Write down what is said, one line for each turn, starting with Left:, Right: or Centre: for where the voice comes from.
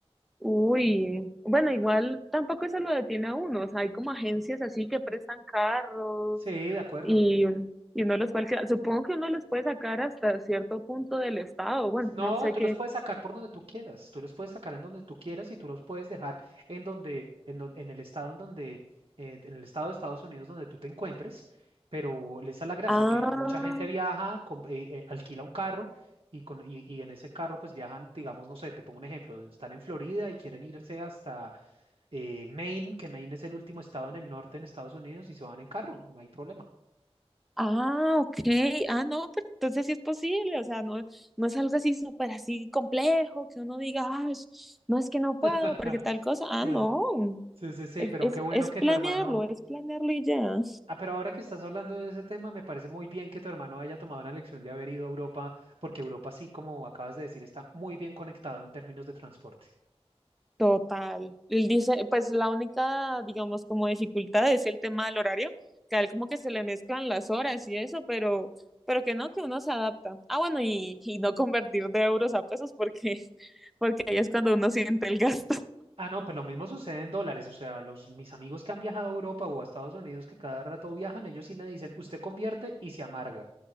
Centre: uy, bueno, igual tampoco eso lo detiene a uno, o sea, hay como agencias así que prestan carros
Right: Sí, de acuerdo.
Centre: y, y uno los puede, alquilar. supongo que uno los puede sacar hasta cierto punto del estado, bueno,
Right: No,
Centre: no sé
Right: tú
Centre: qué,
Right: los puedes sacar por donde tú quieras, tú los puedes sacar en donde tú quieras y tú los puedes dejar en donde, en, don- en el estado en donde, eh, en el estado de Estados Unidos donde tú te encuentres, pero esa es la gracia,
Centre: Ah,
Right: que mucha gente viaja, com- eh, eh, alquila un carro y, con, y, y en ese carro pues viajan, digamos, no sé, te pongo un ejemplo, están en Florida y quieren irse hasta eh, Maine, que Maine es el último estado en el norte en Estados Unidos y se van en carro, no hay problema.
Centre: Ah, ok. Ah, no, pero entonces sí es posible. O sea, no, no es algo así súper así complejo que uno diga, "Ay, no es que no puedo
Right: <laughs>
Centre: porque tal cosa. Ah,
Right: Sí,
Centre: no.
Right: sí, sí, sí,
Centre: Es,
Right: pero
Centre: es,
Right: qué bueno
Centre: es
Right: que
Centre: planearlo,
Right: tu hermano...
Centre: es planearlo y ya.
Right: Ah, pero ahora que estás hablando de ese tema, me parece muy bien que tu hermano haya tomado la elección de haber ido a Europa, porque Europa sí, como acabas de decir, está muy bien conectado en términos de transporte.
Centre: Total. Él dice, pues la única, digamos, como dificultad es el tema del horario, que a él como que se le mezclan las horas y eso, pero, pero que no, que uno se adapta. Ah, bueno, y, y no convertir de euros a pesos porque, <laughs> porque ahí es cuando uno siente el gasto.
Right: Ah, no, pues lo mismo sucede en dólares. O sea, los, mis amigos que han viajado a Europa o a Estados Unidos, que cada rato viajan, ellos sí me dicen, usted convierte y se amarga.